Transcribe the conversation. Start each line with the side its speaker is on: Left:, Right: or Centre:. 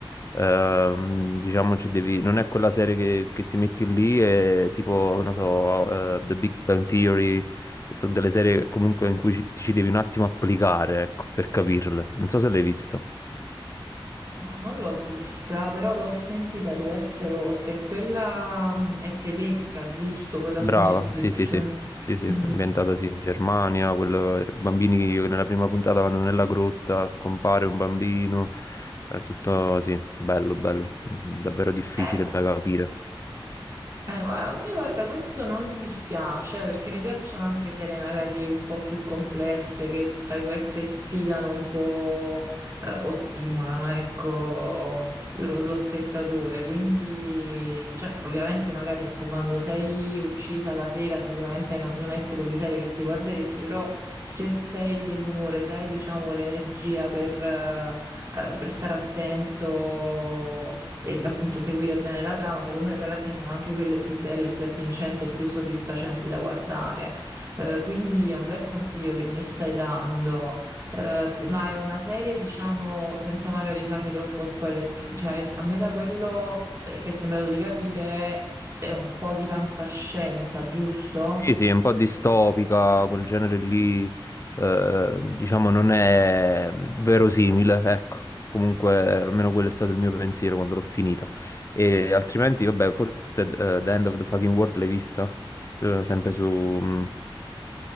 Left: ehm, diciamo, ci devi... non è quella serie che, che ti metti lì e tipo, non so, eh, The Big Bang Theory, sono delle serie comunque in cui ci, ti ci devi un attimo applicare, ecco, per capirle. Non so se l'hai vista.
Right: Ah, non l'ho vista, però l'ho sentita diverse volte. Quella, mh, è tedesca, giusto? Quella su
Left: Brava,
Right: Netflix.
Left: sì, sì, sì, sì, sì,
Right: Mm.
Left: ambientata sì in Germania, quello, bambini che nella prima puntata vanno nella grotta, scompare un bambino, era tutto, sì, bello, bello, davvero difficile
Right: Eh,
Left: da capire.
Right: Eh, guarda, a me guarda, questo non dispiace eh, perché mi piacciono anche serie magari un po' più complesse che tra virgolette sfidano un po' eh, o stimolano, ecco, lo, lo spettatore. Quindi, cioè, ovviamente magari ecco, quando sei uccisa la sera sicuramente non, non è il tipo di serie che ti guarderesti, però se sei dell'umore, se hai diciamo l'energia per, eh, eh, per stare attento e appunto seguire bene la trama, secondo me poi alla fine sono anche quelle più belle, più avvincenti e più soddisfacenti da guardare. Eh, quindi è un bel consiglio che mi stai dando. Eh, ma è una serie, diciamo, senza magari farmi troppo spoiler, cioè a me da quello eh, che è sembrato di capire è un po' di fantascienza, giusto?
Left: Sì, sì, è un po' distopica, quel genere lì, eh, diciamo, non è verosimile, ecco. Comunque, eh, almeno quello è stato il mio pensiero quando l'ho finita. E altrimenti, vabbè, forse eh, The End of the Fucking World l'hai vista? Eh, sempre su, mm,